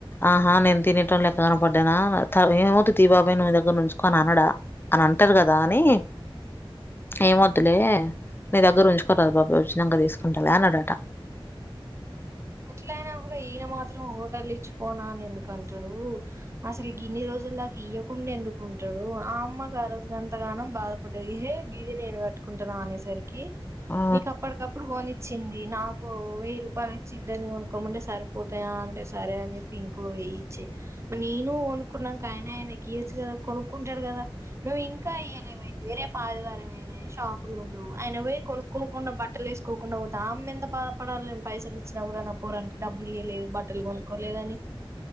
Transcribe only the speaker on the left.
ఆహా నేను తినేతోడిలెక్క కనపడ్డానా ఏమవుతుంది తియ్ బాబాయ నువ్వు నీ దగ్గరే ఉంచుకో అని అనడ అని అంటారు కదా అని ఏమొద్దులే నీ దగ్గర ఉంచుకోరాదు బాబాయ్ వచ్చ నిదానంగా తీసుకుంటాకదా అన్నడట
ఆ